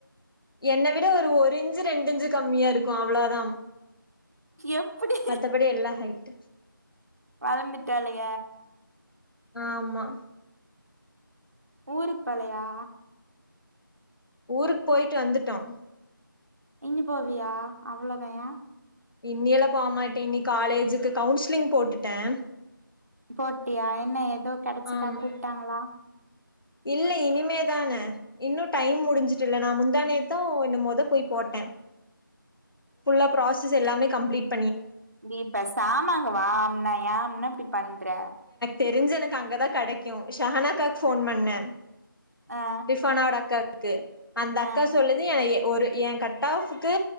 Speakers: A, on the left; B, on the right.
A: என்னை விட ஒரு ஒரு இஞ்சு ரெண்டு இ்ஞ்சு கம்மியா இருக்கும் அவ்ளோதான்
B: எப்டி
A: மத்தபடி எல்லா ஹைட்
B: வளந்துட்டாள்க
A: ஆமா
B: ஊரு பழையா
A: ஊருக்கு போயிட்டு வந்துட்டோம்
B: இனி போவியா அவ்வளோ தயா
A: இன்னியெல்லாம் போமாட்டேன் இனி காலேஜுக்கு கவுன்சிலிங் போட்டுட்டேன்
B: போட்டியா என்ன ஏதோ கிடைச்சதா
A: ஆமா
B: கூப்பிட்டாங்களா
A: இல்ல இனிமேதானே இன்னும் டைம் முடிஞ்சுட்டு இல்ல நான் முந்தானேத்தும் என்னும் மொத போய் போட்டேன் புல்லா ப்ராசஸ் எல்லாமே கம்ப்லீட்
B: இப்ப சாமாங்க வாம்னா ஏம்னா இப்டி பண்ற
A: தெரிஞ்ச எனக்கு அங்கதான் கிடைக்கும் ஷஹானாக்கு போன் பண்ணேன்
B: ஆ
A: ரிப்பானோட அக்காக்கு க்கே அந்த அக்கா
B: ஆ
A: சொல்லுது என ஒரு என் கட் ஆப்புக்கு